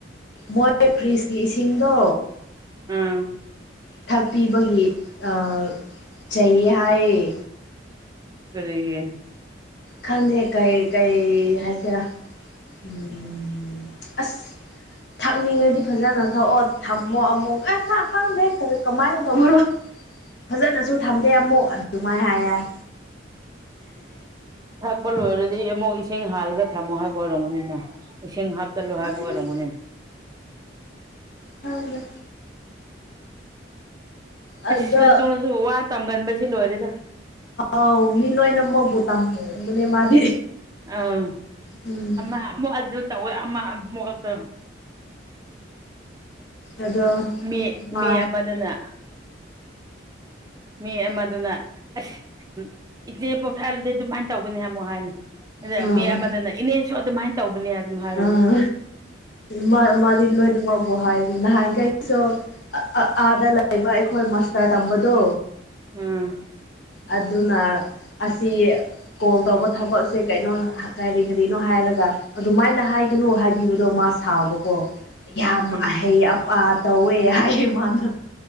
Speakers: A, on the left (about 65°); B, on the right (about 20°).
A: ꯃꯣꯏ ꯐ꯭ꯔꯤꯖꯀꯤ ꯏꯁꯤꯡꯗꯣ
B: ꯎꯝ
A: ꯊꯛꯄꯤꯕꯒꯤ ꯑ ꯆꯩꯌꯦ ꯍꯥꯏꯌꯦ
B: ꯀꯔꯤꯒꯤ
A: ꯈꯪꯗꯦ ꯀꯩ ꯀꯩ ꯍꯥꯏꯁꯤꯔꯥ ꯎꯝ ꯑꯁ ꯊꯛꯅꯤꯡꯉꯗꯤ ꯐꯖꯅ ꯊꯛꯑꯣ ꯊꯝꯃꯣ ꯑꯃꯨꯛ ꯑꯦ ꯈ ꯈꯪꯗꯦ ꯀꯃꯥꯏꯅ ꯇꯧꯕꯔꯣ ꯐꯖꯅꯁꯨ ꯊꯝꯗꯦ ꯑꯃꯨꯛ ꯑꯗꯨꯃꯥꯏ ꯍꯥꯏꯌꯥꯏ
B: ꯊꯛꯄ ꯂꯣꯏꯔꯗꯤ ꯑꯃꯨꯛ ꯏꯁꯤꯡ ꯍꯥꯜꯂꯒ ꯊꯝꯃꯣ ꯍꯥꯏꯕ ꯑꯣꯏꯔꯝꯒꯅꯤꯅ ꯏꯁꯤꯡ ꯍꯥꯞ ꯆꯜꯂꯣ
A: ꯈꯪꯗꯦ
B: ꯍꯥꯏꯕ ꯑꯣꯏꯔꯝꯒꯅꯤ
A: ꯈꯪꯗꯦ ꯑꯗ
B: ꯑꯁ ꯂꯟꯆꯣꯡꯅꯖꯨ ꯋꯥ ꯇꯝꯒꯟꯕꯁꯤ ꯂꯣꯏꯔꯦꯗ
A: ꯑꯥꯎ ꯃꯤ ꯂꯣꯏꯅ ꯃꯛꯕꯨ ꯇꯝꯕꯅꯦ ꯃꯥꯗꯤ
B: ꯑꯝ
A: ꯎꯝ
B: ꯑꯃ ꯑꯃꯨꯛ ꯑꯗꯨ ꯇꯧꯋꯦ ꯑꯃ ꯑꯃꯨꯛ ꯇ
A: ꯑ ꯑꯗꯣ
B: ꯃꯤ
A: ꯃꯥ
B: ꯃꯤ ꯑꯃꯗꯨꯅ ꯃꯤ ꯑꯃꯗꯨꯅ ꯑꯁ ꯏꯆꯦ ꯄꯣꯛꯊꯥꯜꯗꯤ ꯑꯗꯨꯃꯥꯏꯅ ꯇꯧꯕꯅꯤ ꯑꯃꯨꯛ ꯍꯥꯏꯅꯤ ꯑꯗ
A: ꯑꯥ
B: ꯃꯤ ꯑꯃꯗꯅ ꯏꯅꯦꯁꯨ ꯑꯗꯨꯃꯥꯏꯅ ꯇꯧꯕꯅꯦ ꯑꯗꯨꯝ ꯍꯥꯏꯕꯅꯤ
A: ꯑꯥ ꯃꯥ ꯃꯥꯗꯤ ꯂꯣꯏꯅꯃꯛ ꯕꯨ ꯍꯥꯏꯕꯅꯤ ꯅꯍꯥꯟꯒꯩꯁꯨ ꯑ ꯑꯥꯗ ꯂꯩꯕ ꯑꯩꯈꯣꯏ ꯃꯥꯁꯇꯔ ꯇꯝꯕꯗꯣ
B: ꯎꯝ
A: ꯑꯗꯨꯅ ꯑꯁꯤ ꯀꯣꯜ ꯇꯧꯕ ꯊꯕꯛꯁꯦ ꯀꯩꯅꯣ ꯀꯔꯤ ꯀꯔꯤꯅꯣ ꯍꯥꯏꯔꯒ ꯑꯗꯨꯃꯥꯏꯅ ꯍꯥꯏꯒꯅꯨ ꯍꯥꯏꯕꯤꯕꯗꯣ ꯃꯥ ꯁꯥꯎꯕꯀꯣ ꯌꯥꯝ
B: ꯎꯝ
A: ꯑꯍꯩ ꯑꯄꯥ ꯇꯧꯋꯦ ꯍꯥꯏ ꯃꯥꯅ